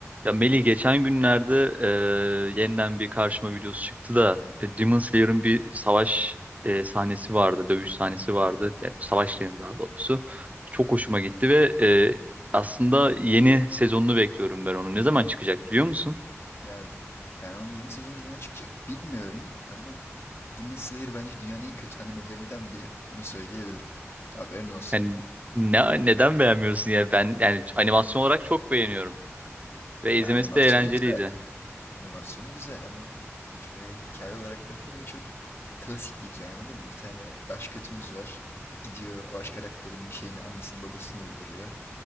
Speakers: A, on the right; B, on the left.
A: Ya Melih geçen günlerde e, yeniden bir karşıma videosu çıktı da e, Demon Slayer'ın bir savaş e, sahnesi vardı, dövüş sahnesi vardı. Yani savaş denir daha doğrusu. Çok hoşuma gitti ve e, aslında yeni sezonunu bekliyorum ben onu. Ne zaman çıkacak biliyor musun?
B: Ya ben onun yeni sezonu ne zaman çıkacak bilmiyorum ama Demon Slayer bence dünyanın en kötü animelerinden biri. Onu söyleyebilirim. Haberin olsun.
A: Yani ne, neden beğenmiyorsun ya? Ben yani animasyon olarak çok beğeniyorum ve
B: Ya
A: izlemesi
B: animasyonu
A: de eğlenceliydi.
B: güzel. Animasyonu güzel ama şöyle hikaye olarak bakınca çok klasik bir hikaye anladın mı? Bir tane baş kötümüz var. Gidiyor baş karakterin bir şeyini annesini babasını öldürüyor.